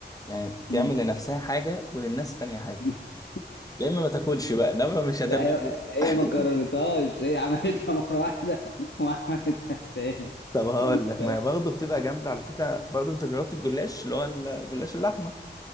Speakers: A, on the left; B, on the left.
A: يعني تعمل
B: مم.
A: لنفسها حاجة وللناس تانية حاجة
B: <laughs>
A: يا اما ما تاكلش بقى ده ما مش هتعمل
B: لا هي هي
A: <laughs>
B: ما كررتهاش هي عملتها مرة واحدة <laughs> وما عملتهاش تاني
A: طب هقول لك
B: فاهم
A: ما هي برضه بتبقى جامدة على فكرة برضه انت جربت الجلاش اللي هو الجلاش اللحمة